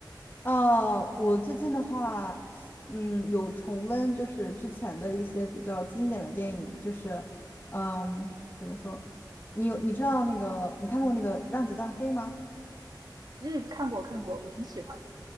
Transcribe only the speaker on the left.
呃，我最近的话，嗯，有重温就是之前的一些比较经典的电影，就是，嗯，怎么说？你有你知道那个你看过那个《让子弹飞》吗？